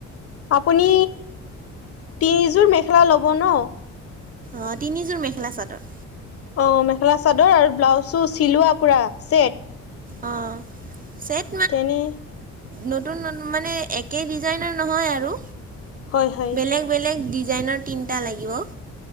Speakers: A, on the left; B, on the right.
A: আপুনি তিনিযোৰ মেখেলা ল'ব ন
B: অ তিনিযোৰ মেখেলা চাদৰ
A: অহ মেখেলা চাদৰ আৰু ব্লাউজছো চিলোৱা পূৰা ছেট
B: অঁহ চেট
A: তেনি
B: নতুন নতু মানে একেই ডিজাইনৰ নহয় আৰু
A: হয় হয়
B: বেলেগ বেলেগ ডিজাইনৰ তিনিটা লাগিব